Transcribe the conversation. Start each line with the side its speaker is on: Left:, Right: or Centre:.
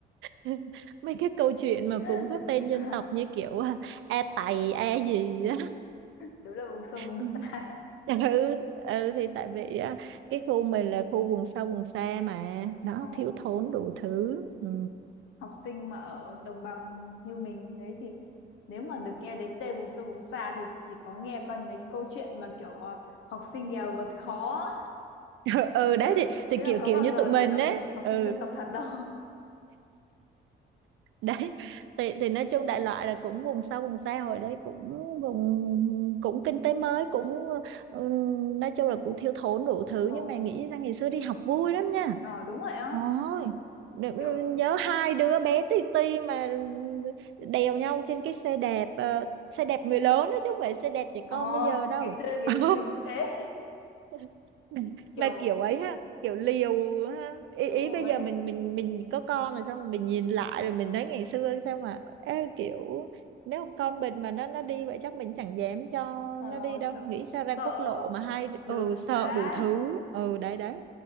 Right: <laughs> mấy cái câu chuyện mà
Left: đúng
Right: cũng có tên
Left: đúng
Right: dân
Left: là
Right: tộc như kiểu à, a tày a gì đó
Left: đúng là vùng sâu vùng
Right: <laughs>
Left: xa
Right: ừ, ừ thì tại vì á, cái khu mình là khu vùng sâu vùng xa mà nó
Left: ờ
Right: thiếu thốn đủ thứ ừ.
Left: học sinh mà ở đồng bằng như mình đấy thì nếu mà được nghe đến tên vùng sâu vùng xa thì chỉ có nghe qua mấy cái câu chuyện mà kiểu ờ, học sinh nghèo vượt khó
Right: <laughs> ừ đấy
Left: chứ
Right: thì thì
Left: chứ làm
Right: kiểu
Left: có
Right: kiểu
Left: bao
Right: như
Left: giờ
Right: tụi mình
Left: được gặp
Right: ấy
Left: học
Right: ừ
Left: sinh dân tộc thật đâu
Right: đấy thì thì nói chung đại loại là cũng vùng sâu vùng xa hồi đấy cũng vùng cũng kinh tế mới cũng ừ, nói chung là cũng thiếu thốn đủ thứ
Left: ờ
Right: nhưng mà nghĩ ra ngày xưa đi học vui lắm nha
Left: ờ đúng rồi á
Right: Ôi, đ- ừ,
Left: kiểu
Right: nhớ hai đứa bé tì tì mà đèo nhau trên cái xe đạp ờ, xe đạp người lớn đó chứ không phải xe đạp trẻ con
Left: ờ
Right: bây giờ đâu
Left: ngày xưa ngày
Right: <laughs>
Left: xưa mình cũng thế
Right: <laughs>
Left: <laughs> kiểu
Right: mà kiểu ấy ha kiểu liều ha ý,
Left: đúng
Right: ý
Left: rồi
Right: bây
Left: ấy.
Right: giờ mình mình mình có con rồi xong mình nhìn lại rồi mình thấy ngày xưa sao mà ê, kiểu nếu con mình mà nó nó đi vậy chắc mình chẳng dám cho
Left: ờ
Right: nó đi đâu
Left: kiểu
Right: nghĩ sao
Left: sợ
Right: ra quốc lộ mà hai đ-
Left: đường
Right: ừ
Left: xá
Right: sợ đủ thứ ừ đấy đấy